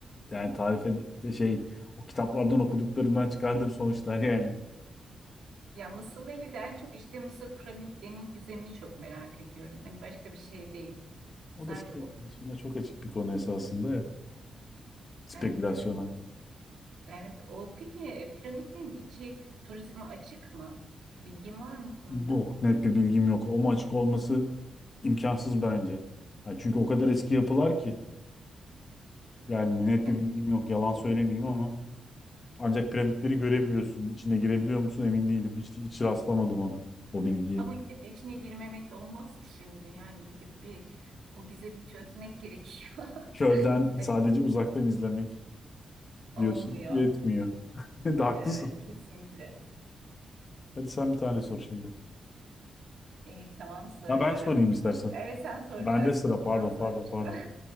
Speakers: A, on the left; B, on the right.
A: yani tarife şey o kitaplardan okuduklarımdan çıkardığım sonuçlar yani.
B: Ya Mısır'la ilgili de en çok işte Mısır piramitlerinin gizemini çok merak ediyorum. Hani başka bir şey değil.
A: O
B: Sadece
A: da spekülasyona
B: o,
A: çok açık bir konu esasında ya. Spekülasyona.
B: evet evet. Evet, o peki e, piramitlerin içi turizme açık mı? Bilgin var mı bu konuda?
A: Bu net bir bilgim yok. Ama açık olması imkansız bence. Ya çünkü o kadar eski yapılar ki. Yani net
B: E,
A: bir bilgim yok. Yalan söylemeyeyim ama. Ancak piramitleri görebiliyorsun. İçine girebiliyor musun emin değilim. Hiç, hiç rastlamadım ona o bilgiye.
B: ama gidip de içine girmemek de olmaz ki şimdi. Yani gidip bir o gizemi çözmek gerekiyor. <laughs>
A: Çölden
B: E,
A: sadece uzaktan izlemek
B: olmuyor.
A: diyorsun yetmiyor. <laughs> De haklısın.
B: Evet, kesinlikle.
A: Hadi sen bir tane sor şimdi.
B: İyi, tamam soruyorum.
A: Ya ben sorayım istersen.
B: Evet sen soracaktın,
A: Bende sıra pardon
B: ben sormuştum.
A: pardon pardon.